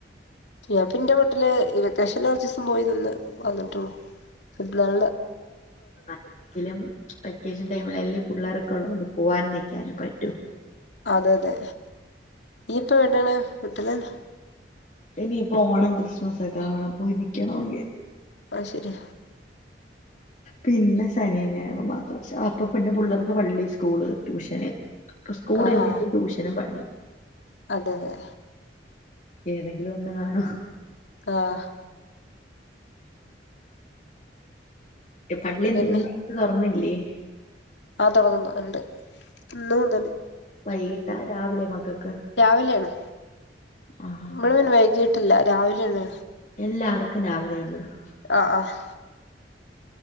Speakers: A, on the left; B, on the left.
A: ഞാൻ ഇപ്പ എന്റെ വീട്ടിൽ ഈ വെക്കേഷനിൽ കുറച്ച് ദിവസം പോയി നിന്ന് വന്നിടുള്ളൂ പിറന്നാൾ
B: അങ്കിലും വെക്കേഷൻ ടൈമിൽ അല്ലേ പിള്ളേർ കൊണ്ട് പോകൻ നിൽക്കാന പറ്റോ
A: അതെ അതെ ഈയിപ്പ വേട്ടാണ് വിട്ടുന്നന്ന
B: ഇനിയിപ്പോ ഓണം ക്രിസ്മസ്സ ഒക്കെ അവണ പോയി നക്കണെങ്കി
A: പ ശരി
B: പിന്നെ ശനി ഞായർ മാത്രം അപ്പൊ പിന്നെ പിള്ളേർക്ക് പള്ളി സ്കൂള് ട്യൂഷന് സ്കൂള
A: ആ
B: ഇില്ലെങ്കും
A: ആ
B: ട്യൂഷനും പള്ളി
A: അതെ തെ
B: ഏതെങ്കിലും ഒന്ന് കാണോ
A: ആഹ്
B: എ പള്ളി
A: പിന്നെ
B: ന്ന് തൊറന്നില്ലെ <unintelligible>
A: ആ തൊടങ്ങുന്നു ണ്ട് ഇന്ന് മുതല്
B: വൈകിട്ടാ രാവിലെയൊ മകക്ക്
A: രാവിലെ ആണ്
B: ആഹ്
A: മ്മള് പിന്നെ വൈകീ ട്ടില്ല രാവിലെള്ള്
B: എല്ലാവർക്കും രാവിലെണ് മ് <inaudible>
A: ആ ആഹ്